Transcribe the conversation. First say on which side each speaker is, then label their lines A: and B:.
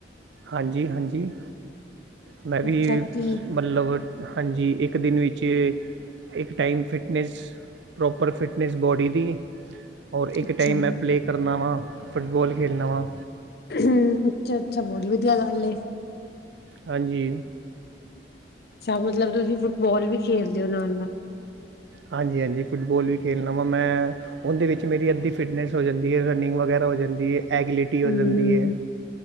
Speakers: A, on the right; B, on the left.
A: ਹਾਂਜੀ-ਹਾਂਜੀ, ਮੈਂ ਵੀ
B: ਅੱਛਾ ਕੀ
A: ਮਲਬ ਹਾਂਜੀ, ਇੱਕ ਦਿਨ ਵਿੱਚ ਇੱਕ time fitness proper fitness body ਦੀ ਏ ਔਰ ਇੱਕ
B: ਅੱਛਾ
A: ਟਾਈਮ ਮੈਂ ਪਲੇ ਕਰਨਾ ਵਾਂ, ਫੁੱਟਬੋਲ ਖੇਲਨਾ ਵਾਂ
B: ਹੂੰ, ਅੱਛਾ-ਅੱਛਾ ਬੋਤ ਵਦੀਆ ਗਾਲ ਏ।
A: ਹਾਂਜੀ।
B: ਅੱਛਾ, ਮਤਲਬ ਤੁਸੀ ਫੁੱਟਬੋਲ ਵੀ ਖੇਡਦੇ ਓ ਨਾਲ-ਨਾਲ
A: ਹਾਂਜੀ-ਹਾਂਜੀ ਫੁੱਟਬੋਲ ਵੀ ਖੇਲਨਾ ਵਾਂ ਮੈਂ ਓਂਦੇ ਵਿੱਚ ਮੇਰੀ ਅੱਧੀ ਫਿਟਨੈਸ ਹੋ ਜਾਂਦੀ ਏ, ਰਨਿੰਗ ਵਗੈਰਾ ਹੋ ਜਾਂਦੀ ਏ, ਐਗਲਿਟੀ ਹੋ
B: ਹਮ
A: ਜਾਂਦੀ
B: ਹਮ
A: ਏ।